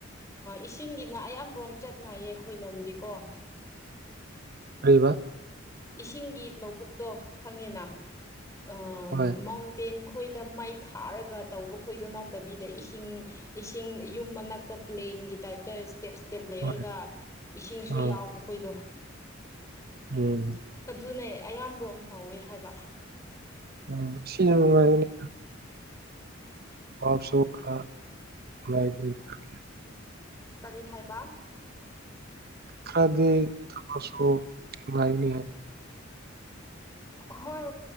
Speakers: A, on the left (about 15°); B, on the right (about 50°).
A: ꯏꯁꯤꯡꯒꯤꯅ ꯑꯌꯥꯝꯕ꯭ꯔꯣꯝ ꯆꯠꯅꯩꯌꯦ ꯑꯩꯈꯣꯏ ꯂꯣꯝꯗꯤꯀꯣ
B: ꯀꯩꯕ
A: ꯏꯁꯤꯡꯒꯤ ꯂꯧꯕꯨꯛꯇꯣ ꯈꯪꯉꯦꯅ ꯑꯥ
B: ꯍꯣꯏ
A: ꯃꯥꯎꯟ ꯇꯦꯟ ꯈꯣꯏꯗ ꯃꯩ ꯊꯥꯔꯒ ꯇꯧꯕ ꯈꯣꯏꯗꯣ ꯅꯠꯇꯕꯤꯗ ꯏꯁꯤꯡ ꯏꯁꯤꯡ ꯌꯨꯝ ꯃꯅꯥꯛꯇ ꯄ꯭ꯂꯦꯟꯒꯤ ꯇꯥꯏꯞꯇ ꯁ꯭ꯇꯦꯞ ꯁ꯭ꯇꯦꯞ ꯂꯩꯔꯒ
B: ꯍꯣꯏ
A: ꯏꯁꯤꯡꯁꯨ
B: ꯎꯝ
A: ꯌꯥꯎꯕ ꯈꯣꯏꯗꯣ
B: ꯎꯝ
A: ꯑꯗꯨꯅꯦ ꯑꯌꯥꯝꯕ꯭ꯔꯣꯝ ꯇꯧꯋꯦ ꯍꯥꯏꯕ
B: ꯎꯝ ꯁꯤꯅ ꯅꯨꯡꯉꯥꯏꯒꯅꯤ ꯋꯔꯁꯨ ꯈꯔꯥ ꯅꯨꯡꯉꯥꯏꯕꯅꯦ
A: ꯀꯔꯤ ꯍꯥꯏꯕ
B: ꯈꯪꯗꯦ ꯊꯕꯛꯁꯨ ꯅꯨꯡꯉꯏꯅꯤ ꯍꯥꯏ
A: ꯍꯣꯏ